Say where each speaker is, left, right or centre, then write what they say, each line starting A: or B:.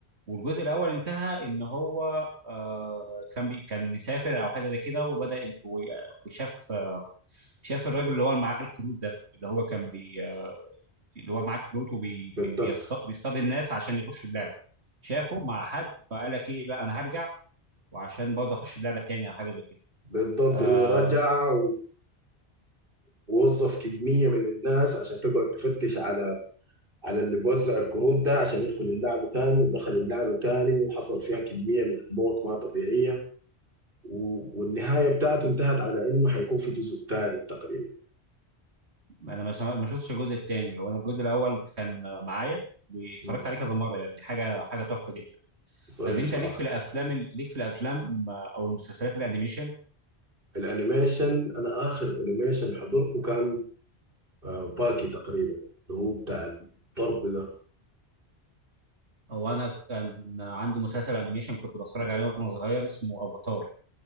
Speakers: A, on the right; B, on the right.
A: والجزء الاول انتهى ان هو آه كان بي كان مسافر او حاجه زي كده وبدا و- وشاف شاف الراجل اللي هو اللي معاه الكروت ده اللي هو كان بي اللي هو معاه كروت وبيصطاد
B: بالضبط
A: الناس عشان يخشوا اللعبه شافه مع حد فقال لك ايه لا انا هرجع وعشان برضه اخش اللعبه تاني او حاجه زي كده
B: بالضبط
A: آه
B: هو رجع ووظف كمية من الناس عشان تقعد تفتش على على اللي بوزع الكروت ده عشان يدخل اللعبة تاني ودخل اللعبة تاني وحصل فيها كمية من الموت ما طبيعية و... والنهاية بتاعته انتهت على انه حيكون في جزء تالت تقريبا
A: انا ما سم- ما شفتش الجزء التاني وانا الجزء الاول كان آه، معايا واتفرجت
B: مم.
A: عليه كذا مره يعني حاجه حاجه تحفه جدا
B: ظريف
A: طب انت
B: صراحة
A: ليك في الافلام ال- ليك في الافلام آه، او المسلسلات الانيميشن
B: الانيميشن انا اخر انيميشن حضرته كان آه، باكي تقريبا اللي هو بتاع الضرب ده
A: او انا كان عندي مسلسل انيميشن كنت بتفرج عليه وانا صغير اسمه افاتار